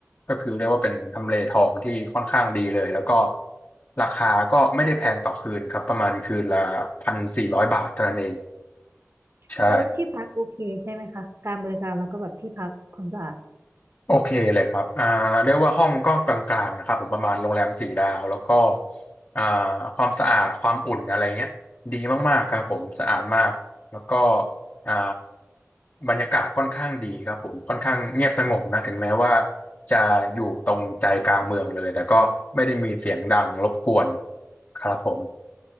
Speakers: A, on the left; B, on the right.
A: ก็คือเรียกว่าเป็นทำเลทองที่ค่อนข้างดีเลยแล้วก็ราคาก็ไม่ได้แพงต่อคืนครับประมาณคืนละพันสี่ร้อยบาทเท่านั้นเอง
B: ำแล้วที่พักโอเคใช่ไหมคะการบริการแล้วก็แบบที่พักความสะอาด
A: ใช่ โอเคเลยครับอ่าเรียกว่าห้องก็กลางๆนะครับผมประมาณโรงแรมสี่ดาวแล้วก็อ่าความสะอาดความอุ่นอะไรเงี้ยดีมากๆครับผมสะอาดมากแล้วก็อ่าบรรยากาศค่อนข้างดีครับผมค่อนข้างเงียบสงบนะถึงแม้ว่าจะอยู่ตรงใจกลางเมืองเลยแต่ก็ไม่ได้มีเสียงดังรบกวนครับผม